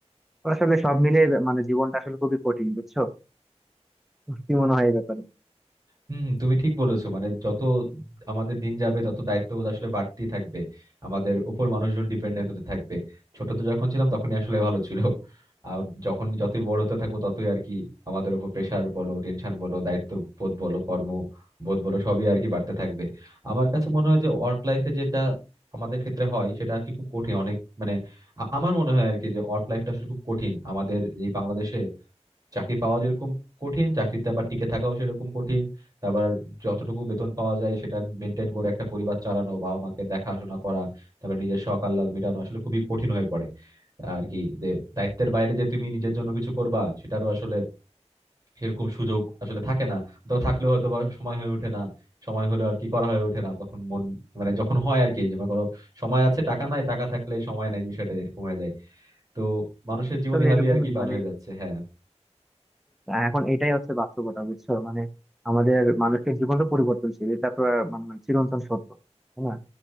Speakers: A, in the centre; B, on the right.
A: তো আসলে সব মিলে মানে জীবনটা আসলে খুবই কঠিন বুঝছো কি মনে হয় এই ব্যাপারে
B: হুম তুমি ঠিক বলেছো মানে যত আমাদের দিন যাবে তত দায়িত্ববোধ আসলে বাড়তেই থাকবে আমাদের ওপর মানুষজন ডিপেন্ডেন্ট হতে থাকবে ছোট তো যখন ছিলাম তখনই আসলে ভালো ছিল আর যখন যতই বড় হতে থাকবো ততই আর কি আমাদের উপর প্রেসার বলো টেনশন বলো দায়িত্ববোধ বলো কর্ম বোধ বলো সবই আর কি বাড়তে থাকবে আমার কাছে মনে হয় যে ওয়ার্ক লাইফে যেটা আমাদের ক্ষেত্রে হয় সেটা আর কি খুব কঠিন অনেক মানে আ- আমার মনে হয় আর কি যে ওয়ার্ক লাইফটা আসলে খুব কঠিন আমাদের এই বাংলাদেশে চাকরি পাওয়া যেরকম কঠিন চাকরিতে আবার টিকে থাকাও সেরকম কঠিন তারপর যতটুকু বেতন পাওয়া যায় সেটা মেনটেন করে একটা পরিবার চালানো বাবা মাকে দেখাশোনা করা তারপর নিজের শখ আহ্লাদ মেটানো আসলে খুবই কঠিন হয়ে পড়ে আর কি যে দায়িত্বের বাইরে যে তুমি নিজের জন্য কিছু করবা সেটারও আসলে সেরকম সুযোগ আসলে থাকে না অথবা থাকলেও হয়তো বা সময় হয়ে ওঠে না সময় হলেও আর কি করা হয়ে ওঠে না তখন মন মানে যখন হয় আর কি যে মনে করো সময় আছে টাকা নাই টাকা থাকলে সময় নাই বিষয়টা এরকম হয়ে যায় তো মানুষের জীবন
A: আসলে
B: এভাবেই
A: এরকমই
B: আর কি পার
A: মানে
B: হয়ে যাচ্ছে হ্যাঁ
A: এখন এটাই হচ্ছে বাস্তবতা বুঝছো মানে আমাদের মানুষের জীবন তো পরিবর্তনশীল এটা তো আহ, মানে চিরন্তন সত্য তাই না